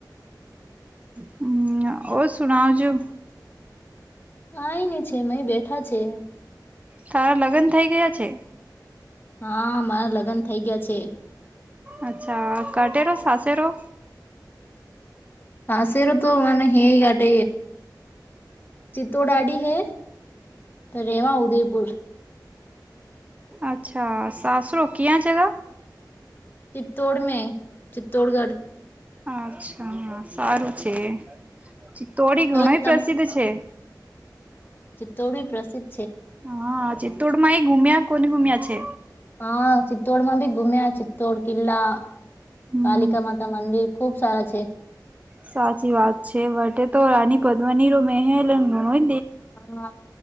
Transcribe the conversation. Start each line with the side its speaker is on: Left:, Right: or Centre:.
Right: હમ ઓ સુનાજું
Left: હ એ નહ છે મ બેઠા છે
Right: તારા લગ્ન થઈ ગયા છે.
Left: હા મારા લગ્ન થઇ ગયા છે.
Right: અચ્છા કટેરો સાાસે રો.
Left: સાાસર તો મને હે ગટ ચિતો ડાડી હે તો રેવા ઉદયપુર
Right: અચ્છા સાસ રોકિયા જગા
Left: ચિત્તતોડ મે ચિત્તૌડગઢ
Right: અચ્છા સારું છે. ચિત્તોડી ઘણો
Left: હવે તમ
Right: પ્રસિદ્ધ છે
Left: તોડી પ્રસિદ્
Right: હા ચિત્તોડમાં એ ઘુમ્યા કોને ગુમ્યા છે.
Left: હા ચિત્તોડમાં બી ગુમ્યા ચિત્તોડ કિલ્લા
Right: હમ
Left: કાલિકા માતા મંદિર ખુબ સારા છે.
Right: સાચી વાત છે વટે તો રાની પદ્મની ર મહેલ ગણોય
Left: હા